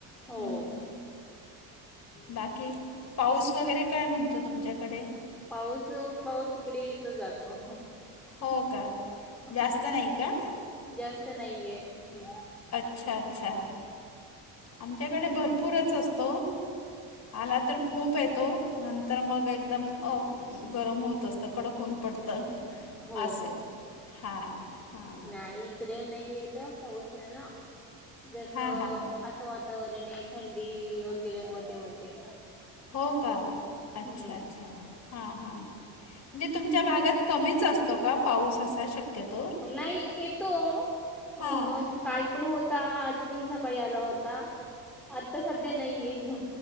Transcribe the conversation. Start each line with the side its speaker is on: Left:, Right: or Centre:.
Centre: हो
Left: हम. बाकी पाऊस वगैरे काय म्हणतो तुमच्याकडे.
Centre: पाऊस अ पाऊस अ इकडे येतो जातो.
Left: हो का. जास्त
Centre: हो
Left: नाही का
Centre: जास्त नाहीये हम्.
Left: अच्छा अच्छा आमच्याकडे भरपूरच असतो. आला तर खूप येतो नंत् तर मग एकदम अ गरम होत असतं, कडक ऊन पडतं.
Centre: हो
Left: असं
Centre: हो
Left: आहे हां हां
Centre: नाई. इकडे नाही येत, पाऊसे ना म्हणजे असं
Left: हां हां
Centre: असं वातावरणे थंडी वगैरे मध्ये मध्ये.
Left: हो का, अच्छा
Centre: हम्म
Left: अच्छा. हा, हां, हां, म्हणजे तुमच्या भागात कमीच असतो. का पाऊस असा शक्यतोवर
Centre: नाई येतो. अं
Left: हां
Centre: काल पण होता. आज पण सकाळी आला होता, आता सध्या नईये.